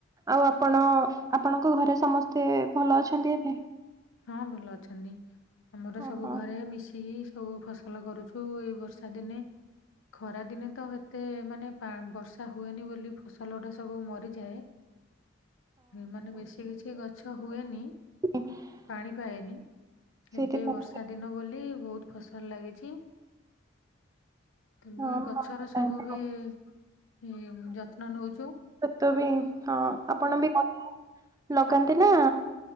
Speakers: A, on the right; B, on the left.
A: ଆଉ ଆପଣ ଆପଣଙ୍କ ଘରେ ସମସ୍ତେ ଭଲ ଅଛନ୍ତି ଏବେ?
B: ହଁ ଭଲ ଅଛନ୍ତି ଆମର
A: ଓହୋ
B: ସବୁ ଘରେ ମିଶିକି ସେ କୋଉ କୋଉ ଫସଲ କରୁଛୁ ଏଇ ବର୍ଷା ଦିନେ? ଖରା ଦିନେ ତ ଏତେ ମାନେ ପା ବର୍ଷା ହୁଏନି ବୋଲି ଫସଲଗୁଡା ସବୁ ମରିଯାଏ। ଏ ମାନେ ବେଶୀ କିଛି ଗଛ ହୁଏନି।
A: <inaudible>
B: ପାଣି ପାଏନି
A: ସେଇଥିପାଇଁ
B: ଏବେ ବର୍ଷ୍ ଷା ଦିନ ବୋଲି ବୋହୁତ ଫସଲ ଲାଗିଛି। ତମେ
A: ହଁ
B: ଗଛର ସବୁ ବି
A: ହଁ,
B: ଇ ଯତ୍ନ ନୋଉଚୁ?
A: ତ ତବି ଇଁ ହଁ ଆପଣ ବି ଲ ଲଗାନ୍ତି ନା